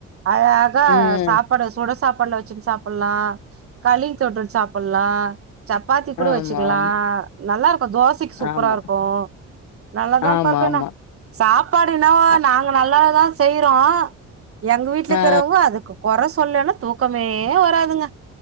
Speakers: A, on the right; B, on the left.
A: அழக
B: ம்
A: சாப் பாடு சுட சாப்பாட்ல வச்சுட் சாப்புல்லா களி தொட்டுட் சாப்புல்லா சப்பாத்தி கூட
B: ஆமா,
A: வச்சுக்லா
B: ஆமா,
A: நல்லாருக்கு தோசைக் சூப்பரா
B: ஆமா,
A: இருக்கு நல்லாதாம்ப்பா
B: ஆமா,
A: இருக்கு என்னா
B: ஆமா.
A: சாப்பாடு இன்னாவோ
B: அ
A: நாங்க நல்லததா செய்றோ எங்க வீட்லக்குறவுங்க
B: ஆ.
A: அதுக்கு கொற சொல்லேன்ன தூக்கமே வராதுங்க